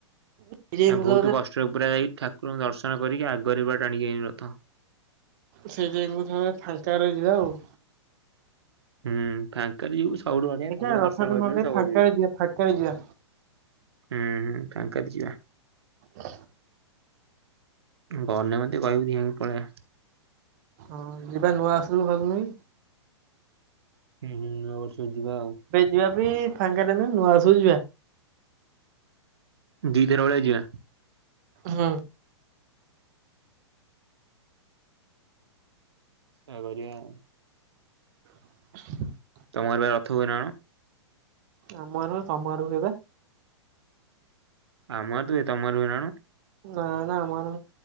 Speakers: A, on the right; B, on the right.
A: ସେଇଥିପାଇଁ
B: ଆଉ ବହୁତ କଷ୍ଟରେ ପୁରା ଯାଇ ଠାକୁରଙ୍କ ଦର୍ଶନ। ଦର୍ଶନ କରିକି ଆଗରେ ବା ଟାଣିକି ଆଇଲୁ ରଥ।
A: ସେଇ ଯାଇକି କଣ ଫାଙ୍କା ରହିଯିବା ଆଉ।
B: ହୁଁ ଫାଙ୍କାରେ ସବୁଠୁ ବଢ଼ିଆ
A: ଦେଖିବା
B: ଠାକୁରଙ୍କ
A: ରଥଯାତ୍ରା
B: ଦର୍ଶନ କରିିପାରିବେ,
A: ନହେଲେ
B: ସବୁ
A: ଫାଙ୍କାରେ
B: କରିପାରିବେ
A: ଯିବା ଫାଙ୍କାରେ ଯିବା
B: ହୁଁ। ଫାଙ୍କାରେ ଯିବା।
A: ଆ
B: ଗଲେ ମତେ କହିବୁ ଦି ଜଣ ପଳେଇଵା।
A: ହଁ ଯିବା ନୂଆ ବର୍ଷ <inaudible>
B: ହୁଁ ହୁଁ ନୂଆ ବର୍ଷ, ଯିବା ଆଉ,
A: ଯିବା ଏବେ ଫାଙ୍କା ନଥିବ ନୂଆ ବର୍ଷରେ ଯିବା।
B: ଦି ଦିନ ଭଳିଆ ଯିବା।
A: ହୁଁ
B: ସେଆ କରିଵା ଆଉ।
A: <inaudible>
B: ତମ ଗାଁରେ ରଥ ହୁଏନା କ'ଣ?
A: ଆମର ସମାରୋହ ହେବେ।
B: ଆମର ତ ହୁଏ ତମର ହୁଏ ନା କ'ଣ?
A: ନା ନା ଆମର